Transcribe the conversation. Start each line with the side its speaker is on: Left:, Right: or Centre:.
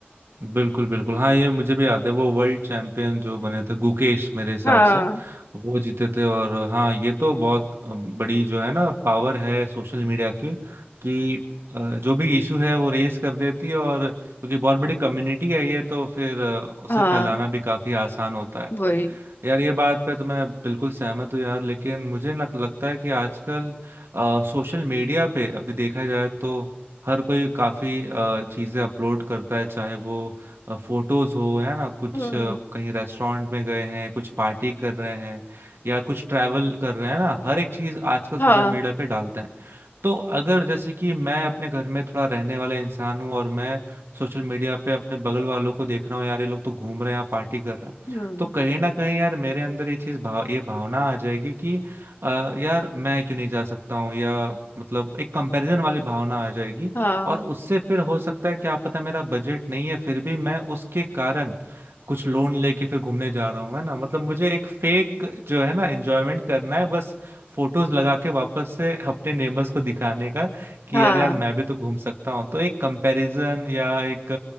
Right: बिल्कुल बिल्कुल हाँ ये मुझे भी याद है वो वर्ल्ड चैंपियन जो बने थे गुकेश मेरे हिसाब
Left: हाँ
Right: से वो जीते थे और हाँ ये तो बहुत बड़ी जो है ना पावर है सोशल मीडिया की कि अ, जो भी इशू है वो रेस कर देती है और क्योंकि बहुत बड़ी कम्युनिटी है ये तो फिर अ, उसे
Left: हाँ
Right: फैलाना भी काफी आसान होता है
Left: वही
Right: यार ये बात पे तो मैं बिल्कुल सहमत हूँ यार लेकिन मुझे लग, लगता है कि आजकल सोशल मीडिया पे अभी देखा जाए तो हर कोई काफी अ, चीजें अपलोड करता है चाहे वो फोटोज हो है ना कुछ
Left: हम्म
Right: अ, कहीं रेस्टोरेंट में गए हैं कुछ पार्टी कर रहे हैं या कुछ ट्रैवल कर रहे हैं ना हर एक चीज आजकल सोशल
Left: हाँ
Right: मीडिया पे डालते हैं तो अगर जैसे कि मैं अपने घर में थोड़ा रहने वाला इंसान हूँ और मैं सोशल मीडिया पे अपने बगल वालों को देख रहा हूँ यार ये लोग तो घूम रहे हैं पार्टी कर रहे हैं
Left: हम्म
Right: तो कहीं ना कहीं यार मेरे अंदर ये चीज भाव ये भावना आ जाएगी कि अ, यार मैं क्यों नहीं जा सकता हूँ या मतलब एक कंपैरिजन वाली भावना आ जाएगी
Left: हाँ
Right: और उससे फिर हो सकता है क्या पता मेरा बजट नहीं है फिर भी मैं उसके कारण कुछ लोन लेके फिर घूमने जा रहा हूँ है ना मतलब मुझे एक फेक जो है ना एंजॉयमेंट करना है बस फोटोज लगा के वापस से अपने नेबर्स को दिखाने का कि
Left: हाँ
Right: अरे यार मैं भी तो घूम सकता हूँ तो एक कंपैरिजन या एक